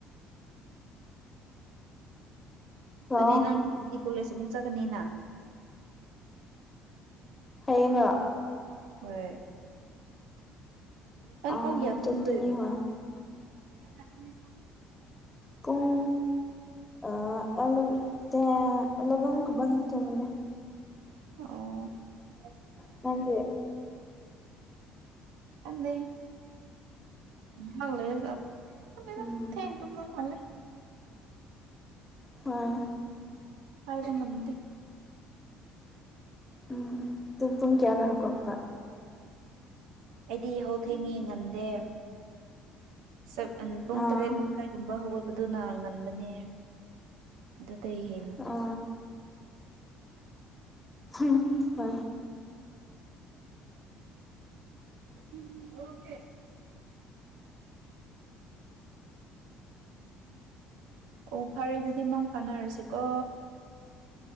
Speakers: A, on the left; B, on the right.
A: ꯍꯜꯂꯣ
B: ꯑꯗꯨꯗꯤ ꯅꯪ ꯑꯗꯨꯗꯤ ꯀꯣꯂꯦꯖ ꯑꯃꯨꯛ ꯆꯠꯀꯅꯤꯅ
A: ꯍꯌꯦꯡ
B: ꯍꯣꯏ ꯀ
A: ꯑꯥ
B: ꯄꯨꯡꯒꯌꯥꯗꯒ
A: ꯆꯠꯀꯅꯤ ꯍꯣꯏ
B: ꯂꯃꯤ <unintelligible>
A: ꯄꯨꯡ ꯑꯦꯂꯕꯦꯟꯒꯨꯝꯕꯟ ꯇꯣꯡꯕꯅꯤ
B: ꯑꯣ
A: ꯅꯪ <unintelligible>
B: ꯈꯪꯗꯦ ꯉꯍꯛ ꯂꯩꯔꯒ ꯈꯪꯗꯦꯗ
A: ꯎꯝ
B: ꯊꯦꯡꯅ ꯇꯨꯝꯕ ꯃꯥꯜꯂꯦ
A: ꯍꯣꯏ
B: ꯍꯥꯏꯕ ꯉꯝꯗꯦ
A: ꯎꯝ ꯇꯨꯝ ꯄꯨꯨꯡ ꯀꯌꯥꯗ ꯍꯥꯏꯒꯄ꯭ꯔꯥ
B: ꯎꯝ <inaudible> ꯑꯩꯗꯤ ꯌꯍꯧ ꯊꯦꯡꯉꯦ ꯉꯟꯗꯦ ꯁꯦꯞ ꯎꯝ ꯄꯨꯡ
A: ꯑꯥ
B: ꯇꯔꯦꯠ ꯃꯈꯥꯏꯒꯨꯝꯕ ꯍꯧꯒꯠ ꯑꯗꯨꯅ ꯉꯟꯕꯅꯦ ꯑꯗꯨꯗꯩꯒꯤ
A: ꯑ ꯍꯝ ꯍ
B: ꯍꯦ <inaudible> ꯑꯣ ꯐꯔꯦ ꯑꯗꯨꯗꯤ ꯃꯪ ꯐꯥꯅꯔꯁꯤꯀꯣ